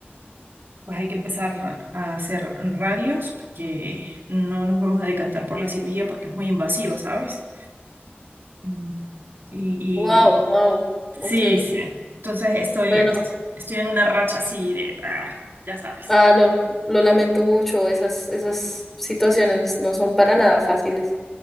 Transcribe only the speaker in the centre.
Wow, wow,
ok.
Bueno.
Ah, lo, lo lamento mucho, esas, esas situaciones no son para nada fáciles,